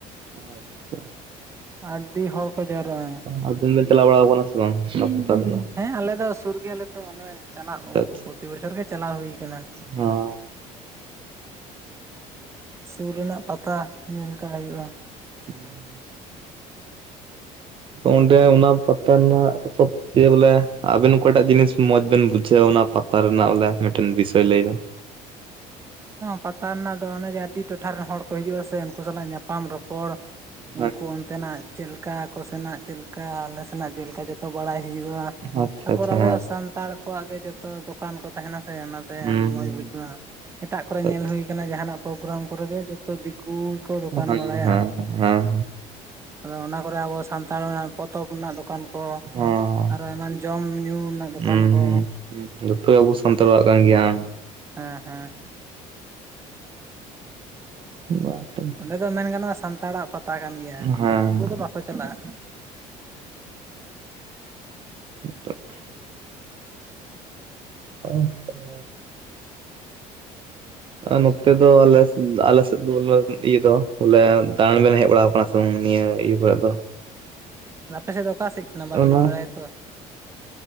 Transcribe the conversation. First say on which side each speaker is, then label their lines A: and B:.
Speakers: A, on the right; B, on the right.
A: <inaudible>
B: ᱟᱹᱰᱤ ᱦᱚᱲ ᱠᱚ ᱡᱟᱣᱨᱟᱜ- ᱟ ᱾
A: ᱟᱨ ᱵᱤᱱ ᱵᱮᱱ ᱪᱟᱞᱟᱣ ᱵᱟᱲᱟ ᱠᱟᱱᱟ ᱥᱮ ᱵᱟᱝ ᱚᱱᱟ ᱯᱟᱦᱴᱟ ᱠᱚᱫᱚ᱾
B: ᱦᱮᱸ ᱟᱞᱮ ᱫᱚ ᱥᱩᱨ ᱜᱮᱭᱟᱞᱮ ᱛᱚ ᱪᱟᱞᱟᱜ
A: ᱟᱪᱪᱷᱟ
B: ᱯᱨᱚᱛᱤ ᱵᱚᱪᱷᱚᱨ ᱜᱮ ᱪᱟᱞᱟᱣ ᱦᱩᱭ ᱠᱟᱱᱟ᱾
A: ᱦᱚᱸ
B: ᱥᱩᱨ ᱨᱮᱱᱟᱜ ᱯᱟᱛᱟ ᱧᱮᱞ ᱠᱟᱜ ᱦᱩᱭᱩᱜᱼᱟ᱾
A: <unintelligible> ᱚᱸᱰᱮ ᱚᱱᱟ ᱯᱟᱛᱟ ᱨᱮᱱᱟᱜ ᱥᱚ ᱡᱮ ᱵᱚᱞᱮ ᱟᱵᱮᱱ ᱚᱠᱟᱴᱟᱜ ᱡᱤᱱᱤᱥ ᱢᱚᱸᱡᱽ ᱵᱮᱱ ᱵᱩᱡᱷᱟᱹᱣᱟ ᱚᱱᱟ ᱯᱟᱛᱟ ᱨᱮᱱᱟᱜ ᱵᱚᱞᱮ ᱢᱤᱫᱴᱮᱱ ᱵᱤᱥᱚᱭ ᱞᱟᱹᱭ ᱵᱮᱱ᱾
B: ᱯᱟᱛᱟ ᱨᱮᱱᱟᱜ ᱫᱚ ᱚᱱᱮ ᱡᱮ ᱟᱹᱰᱤ ᱴᱚᱴᱷᱟ ᱨᱮᱱ ᱦᱚᱲ ᱠᱚ ᱦᱤᱡᱩᱜᱼᱟ ᱥᱮ ᱩᱱᱠᱩ ᱥᱟᱞᱟᱜ ᱧᱟᱯᱟᱢ ᱨᱚᱯᱚᱲ᱾
A: ᱦᱮᱸ
B: ᱩᱱᱠᱩ ᱚᱱᱛᱮᱱᱟᱜ ᱪᱮᱫᱞᱠᱟ ᱠᱚ ᱥᱮᱱᱟᱜ ᱪᱮᱫᱞᱮᱠᱟ ᱟᱞᱮ ᱥᱮᱱᱟᱜ ᱪᱮᱫᱮᱠᱟ ᱡᱚᱛᱚ ᱵᱟᱲᱟᱭ ᱦᱩᱭᱩᱜᱼᱟ᱾
A: ᱟᱪᱪᱷᱟ
B: ᱛᱟᱯᱚᱨ
A: ᱟᱪᱪᱷᱟ
B: ᱟᱵᱚ
A: ᱦᱮᱸ
B: ᱥᱟᱱᱛᱟᱲ, ᱚᱣᱟᱜ ᱜᱮ ᱡᱚᱛᱚ ᱫᱚᱠᱟᱱ ᱠᱚ ᱛᱟᱦᱮᱱᱟ ᱥᱮ ᱚᱱᱟᱛᱮ
A: ᱦᱩᱸ
B: ᱟᱹᱰᱤ ᱢᱚᱸᱡᱽ ᱵᱩᱡᱷᱟᱹᱜᱼᱟ, ᱮᱴᱟᱜ ᱠᱚᱨᱮ ᱧᱮᱞ
A: ᱦᱩᱸ
B: ᱦᱩᱭ᱾ ᱠᱟᱱᱟ ᱡᱟᱦᱟᱱᱟᱜ ᱯᱨᱳᱜᱨᱟᱢ ᱠᱟᱛᱮ ᱜᱮ ᱡᱚᱛᱚ ᱫᱤᱠᱩ ᱜᱮ ᱠᱚ ᱫᱚᱠᱟᱱ
A: ᱦᱮᱸ
B: ᱵᱟᱲᱭᱟ᱾
A: ᱦᱮᱸ ᱦᱮᱸ
B: ᱟᱫᱚ ᱚᱱᱟ ᱠᱚᱨᱮ ᱟᱵᱚ ᱥᱟᱱᱛᱟᱲ ᱯᱚᱛᱚᱵ ᱨᱮᱱᱟᱜ ᱫᱚᱠᱟᱱ᱾ ᱠᱚ
A: ᱦᱮᱸ
B: ᱟᱨᱚ ᱮᱢᱟᱱ ᱡᱚᱢ ᱧᱩ ᱨᱮᱱᱟᱜ ᱫᱚᱠᱟᱱ
A: ᱦᱩᱸ
B: ᱠᱚ᱾
A: ᱦᱩᱸ ᱡᱚᱛᱚ ᱟᱵᱚ ᱥᱟᱱᱛᱟᱲᱟᱜ ᱠᱟᱱ ᱜᱮᱭᱟ ᱵᱟᱝ᱾
B: ᱦᱮᱸ ᱦᱮᱸ
A: <inaudible>
B: ᱚᱸᱰᱮ ᱫᱚ ᱢᱮᱱ ᱜᱟᱱᱚᱜᱼᱟ ᱥᱟᱱᱛᱟᱲᱟᱜ ᱯᱟᱛᱟ ᱠᱟᱱ ᱜᱮᱭᱟ
A: ᱦᱮᱸ
B: ᱫᱤᱠᱩ ᱠᱚᱫᱚ ᱵᱟᱠᱚ ᱪᱟᱞᱟᱜᱼᱟ᱾
A: ᱱᱤᱛᱚᱜ᱾ <inaudible> ᱱᱚᱛᱮ ᱫᱚ ᱟᱞᱮ ᱟᱞᱮ ᱥᱮᱫ ᱫᱚ ᱵᱚᱞᱮ ᱤᱭᱟᱹ ᱫᱚ ᱵᱚᱞᱮ ᱫᱟᱬᱟᱱ ᱵᱮᱱ ᱦᱮᱡ ᱵᱟᱲᱟ ᱟᱠᱟᱱᱟ, ᱛᱚᱝ ᱱᱤᱭᱟᱹ ᱤᱭᱟᱹ ᱠᱚᱨᱮᱜ ᱫᱚ᱾
B: ᱟᱯᱮ ᱥᱮᱫ ᱫᱚ ᱚᱠᱟᱥᱮᱫ ᱠᱟᱱᱟ ᱵᱟᱞᱤᱧ
A: ᱚᱱᱟ
B: ᱵᱟᱲᱟᱭᱟ ᱛᱚ?